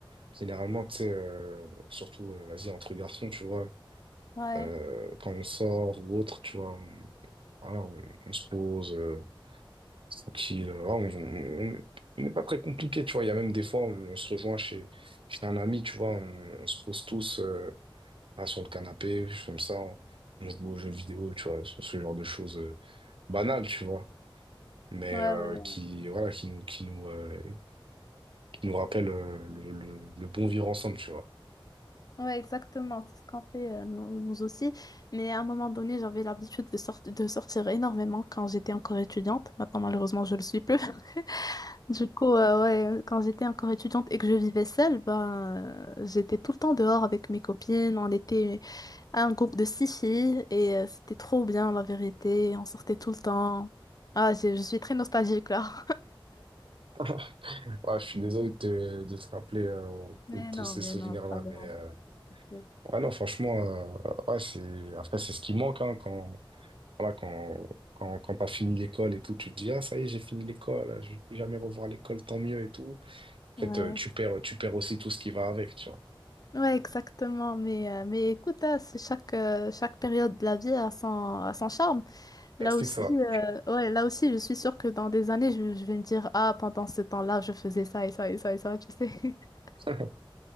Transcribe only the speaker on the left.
Ouais,
ouais,
ouais. ouais.
Ouais, exactement, c'est ce qu'on fait euh, nous, nous aussi. Mais à un moment donné, j'avais l'habitude de, sorti- de sortir énormément quand j'étais encore étudiante. Maintenant, malheureusement, je le suis plus. <laughs> Du coup, euh, ouais, quand j'étais encore étudiante et que je vivais seule, ben, euh, j'étais tout le temps dehors avec mes copines. On était un groupe de six filles et euh, c'était trop bien, la vérité. On sortait tout le temps. Ah, j'ai- je suis très nostalgique là.
<laughs> Mais
non,
mais
non, c'est pas grave.
Ok.
Ouais.
Ouais, exactement. Mais, euh, mais écoute, hein, c'est chaque, euh, chaque période de la vie a son, a son charme. Là
aussi,
euh, ouais, là aussi, je suis sûre que dans des années, je, je vais me dire, ah, pendant ce temps-là, je faisais ça et ça et ça et ça, tu sais. <laughs>